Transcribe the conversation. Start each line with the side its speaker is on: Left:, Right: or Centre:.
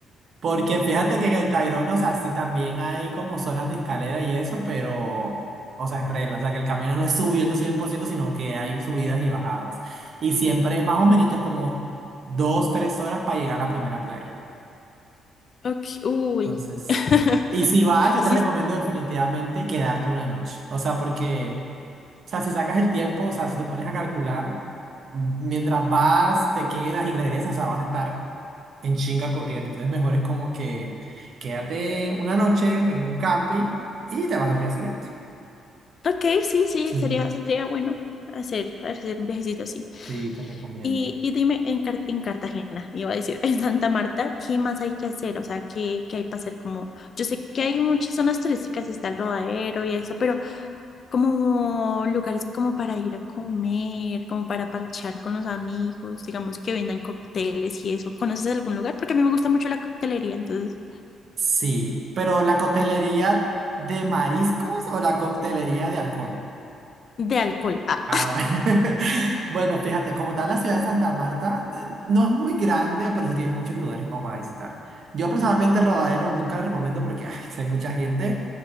Right: Porque fíjate que en el Tayrona, o sea, sí también hay como zonas de escalera y eso, pero, o sea, es regla, o sea, que el camino no es subiendo 100%, sino que hay subidas y bajadas. Y siempre es más o menos como dos, tres horas para llegar a la primera playa.
Left: Ok, uy.
Right: Entonces,
Left: <laughs>
Right: y si vas, yo
Left: Sí,
Right: te recomiendo definitivamente quedarte una noche, o sea, porque... O sea, si sacas el tiempo, o sea, si te pones a calcular, m- mientras vas, te quedas y regresas, o sea, vas a estar en chinga corriendo. Entonces, mejor es como que quédate una noche en un camping y te vas al día siguiente.
Left: ok, sí, sí,
Right: Sí,
Left: sería, sería bueno hacer, hacer un viajecito así.
Right: sí, te recomiendo.
Left: Y, y dime, en, Car- en Cartagena, iba a decir, <laughs> en Santa Marta, ¿qué más hay que hacer? O sea, ¿qué, qué hay para hacer? Como, yo sé que hay muchas zonas turísticas, está el Rodadero y eso, pero como lugares como para ir a comer, como para parchar con los amigos, digamos que vendan cócteles y eso. ¿Conoces algún lugar? Porque a mí me gusta mucho la coctelería, entonces,
Right: Sí, pero ¿la coctelería de mariscos o la coctelería de alcohol?
Left: de alcohol. Ah,
Right: Ah, bueno. <laughs> Bueno, fíjate, como tal, la ciudad de Santa Marta eh, no es muy grande, pero sí tiene muchos lugares como para visitar. Yo personalmente el Rodadero nunca lo recomiendo porque <laughs> ay, sí hay mucha gente.